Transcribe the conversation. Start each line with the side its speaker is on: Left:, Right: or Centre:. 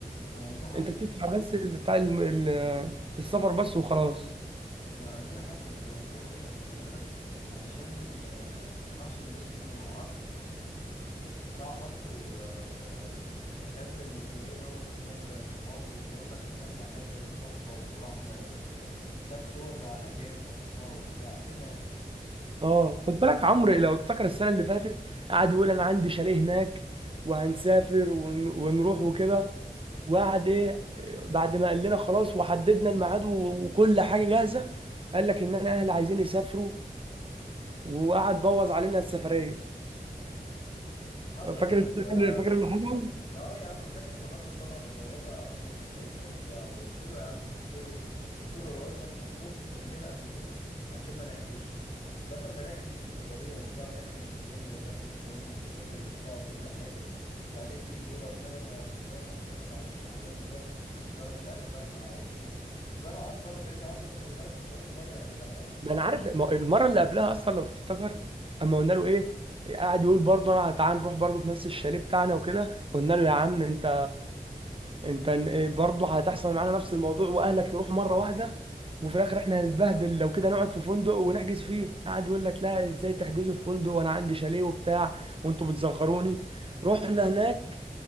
Left: آه، دي حقيقة
Right: انت بتدفع بس ال- بتاع الم- ال- السفر بس وخلاص
Left: لا، دي حصل ده دي حقيقة خلي بالك علشان ال- آه، راح اللي اسمه عمرو راح عمرو و... و... وخد اللي اسمه ايه دوت وخد صحابه وبيقول لك الرحلة هناك كانت تحفة وراح للط- خد صور مع الأجانب وحطها وبتاع كده يعني
Right: اه خد بالك عمرو لو افتكر السنه اللي فاتت قعد يقول انا عندي شاليه هناك وهنسافر ون- ونروح وكده وقعد ايه بعد ما قال لنا خلاص وحددنا الميعاد و- وكل حاجه جاهزه قال لك ان انا اهلي عايزين يسافروا وقعد بوظ علينا السفريه
Left: حصل
Right: فاكر
Left: يا
Right: السفر-
Left: عم ده
Right: فاكر اللي حصل
Left: اه يا عم فاكر اللي حصل طبعا وبوظها علينا ساعتها وبتاع وقلت له يا عم قلت له قلت له لو انت مش هتروح قول لنا قبل منها عشان ما نحجزش بدل ما نحجز السفرية وبتاع ونحجز الفندق ونحجز فاهمني التذاكر وبتاع وكل حاجة وبعدين تيجي تقول اصل انا ما مش رايح اصل انا معلش حصل لي ظرف اصل انا مش عارف رايح مع عيلتي اصل انا عارف انا فاهمني عمرو ده خلي بالك مش اول مرة يعملها معانا
Right: ما انا عارف ما- المره اللي قبلها اصلا لو تفتكر اما قلنا له ايه قاعد يقول برضه انا تعال نروح برضه في نفس الشاليه بتاعنا وكده قلنا له يا عم انت انت إيه برضه هتحصل معانا نفس الموضوع واهلك يروحوا مره واحده وفي الاخر احنا هنتبهدل لو كده نقعد في فندق ونحجز فيه قاعد يقول لك لا ازاي تحجزوا في فندق وانا عندي شاليه وبتاع وانتوا بتصغروني رحنا هناك